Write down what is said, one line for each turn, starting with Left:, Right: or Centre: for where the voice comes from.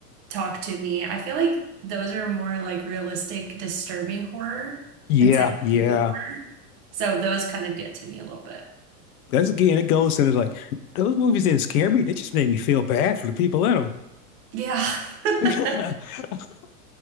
Right: Talk to Me. I feel like those are more like realistic, disturbing horror
Left: Yeah,
Right: and psychological
Left: yeah.
Right: horror. So those kind of get to me a little bit.
Left: That's again. It goes into like those movies didn't scare me. They just made me feel bad for the people in them.
Right: Yeah. <laughs>
Left: <laughs>